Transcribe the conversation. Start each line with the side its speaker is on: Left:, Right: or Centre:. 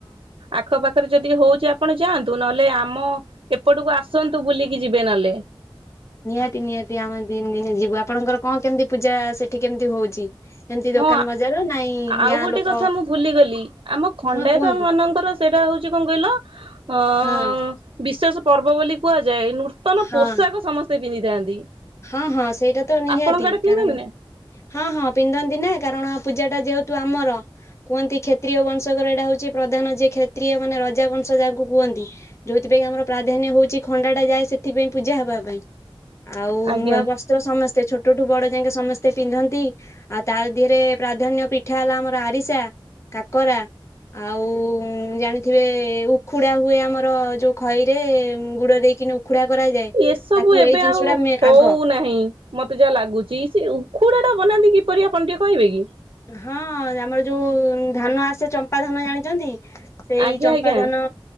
Right: ଆଖପାଖରେ ଯଦି ହଉଛି ଆପଣ ଯାଆନ୍ତୁ ନହେଲେ ଆମ ଏପଟୁ ଆସନ୍ତୁ ବୁଲିକି ଯିବେ ନହେଲେ।
Left: ନିହାତି ନିହାତି ଆମେ ଦିନ ଦିନେ ଯିବୁ ଆପଣଙ୍କର କଣ କେମିତି ପୂଜା ସେଠି କେମିତି ହଉଛି? ଏମିତି
Right: ହଁ
Left: ଦୋକାନ ବଜାର ନାଇଁ
Right: ଆଉ
Left: ଗାଁ
Right: ଗୋଟେ
Left: ଲୋକ
Right: କଥା ମୁଁ ଭୁଲିଗଲି ଆମ ଖଣ୍ଡାୟତ
Left: ହଁ କୁହନ୍ତୁ
Right: ମାନଙ୍କର ସେଇଟା ହଉଛି କଣ କହିଲ ଅ
Left: ହଁ
Right: ବିଶେଷ ପର୍ବ ବୋଲି କୁହା ଯାଏ ନୂତନ
Left: ହଁ
Right: ପୋଷାକ ସମସ୍ତେ ପିନ୍ଧିଥାନ୍ତି।
Left: ହଁ ହଁ ସେଇଟା ତ ନିହାତି
Right: ଆପଣଙ୍କ ଆଡେ ପିନ୍ଧନ୍ତି
Left: କାରଣ
Right: ନା
Left: ହଁ ହଁ ପିନ୍ଧ ନ୍ତି ନା କାରଣ ପୂଜା ଟା ଯେହେତୁ ଆମର କୁହନ୍ତି କ୍ଷତ୍ରୀୟ ବଂଶକର ଏଇଟା ହଉଛି ପ୍ରଧାନ ଯିଏ କ୍ଷତ୍ରୀୟ ମାନେ ରଜା ବଂଶ ଯାହାକୁ କୁହନ୍ତି ଯୋଉଥିପାଇଁ ଆମର ପ୍ରାଧାନ୍ୟ ହଉଛି ଖଣ୍ଡା ଟା ଯାଏ ସେଥିପାଇଁ ପୂଜା ହବା ପାଇଁ। ଆଉ
Right: ଆଜ୍ଞା
Left: ନୂଆ ବସ୍ତ୍ର ସମସ୍ତେ ଛୋଟ ଛୋଟ ଠୁ ବଡ଼ ଯାକେ ସମସ୍ତେ ପିନ୍ଧନ୍ତି ଆଉ ତା ଦେହରେ ପ୍ରାଧାନ୍ୟ ପିଠା ହେଲା ଆମର ଆରିସା। କାକରା। ଆଉ ଜାଣିଥିବେ ଉଖୁଡା ହୁଏ ଆମର ଯୋଉ ଖଇ ରେ ଗୁଡ଼ ଦେଇ ଉଖୁଡା କରାଯାଏ
Right: ଏସବୁ
Left: ତାକୁ
Right: ଏବେ
Left: ଏଇ ଜିନିଷ
Right: ଆଉ
Left: ଟା ମେ
Right: ହଉନାହିଁ
Left: ଆଗ
Right: ମତେ ଯାହା ଲାଗୁଛି ସେ ଉଖୁଡା ଟା ବନାନ୍ତି କିପରି ଆପଣ ଟିକେ କହିବେ କି?
Left: ହଁ ଆମର ଯୋଉ ଧାନ ଆସେ ଚମ୍ପା ଧାନ ଜାଣିଚନ୍ତି? ସେଇ
Right: ଆଜ୍ଞା
Left: ଚମ୍ପା
Right: ଆଜ୍ଞା
Left: ଧାନ